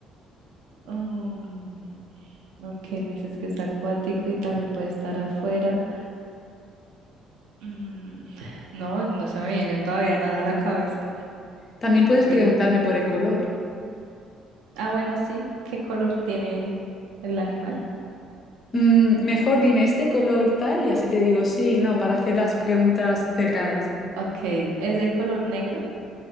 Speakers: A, on the right; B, on the left.
A: Um, ok, me dices que es acuático y también puede estar afuera. Mm, no, no se me viene todavía nada a la cabeza.
B: También puedes
A: Eh,
B: preguntarme por el color.
A: ah, bueno, sí. ¿Qué color tiene el animal?
B: Mm, mejor dime este color tal y así te digo sí, no, para hacer las preguntas cerradas.
A: Ok, ¿es de color negro?